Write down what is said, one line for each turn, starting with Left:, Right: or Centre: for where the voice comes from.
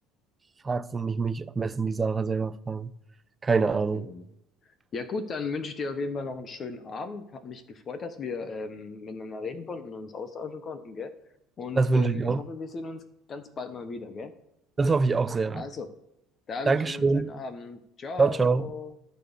Right: fragst du mich, mich am besten die Sarah selber fragen. Keine
Left: Ach
Right: Ahnung.
Left: du Jemine. Ja gut, dann wünsche ich dir auf jeden Fall noch einen schönen Abend. Hat mich gefreut, dass wir ähm, miteinander reden konnten und uns austauschen konnten, gell? Und
Right: Das wünsche
Left: ähm,
Right: ich auch.
Left: ich hoffe, wir sehen uns ganz bald mal wieder, gell?
Right: Das hoffe ich auch sehr.
Left: Also, dann
Right: Dankeschön.
Left: wünsche ich dir noch einen schönen Abend. Ciao.
Right: Ciao, ciao.